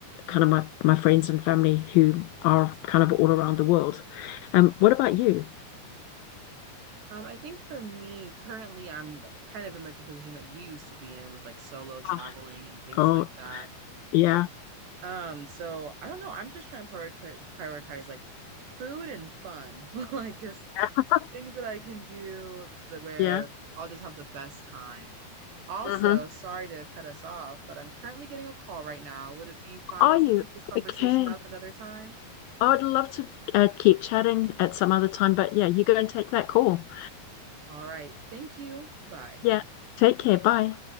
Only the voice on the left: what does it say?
kind of my, my friends and family who are kind of all around the world. Um, what about you?
Ah,
Oh,
yeah.
<laughs>
Yeah.
hmm
Are
you?
Okay.
I would love to uh, keep chatting at some other time, but yeah, you go and take that call.
Yeah. Take care. Bye.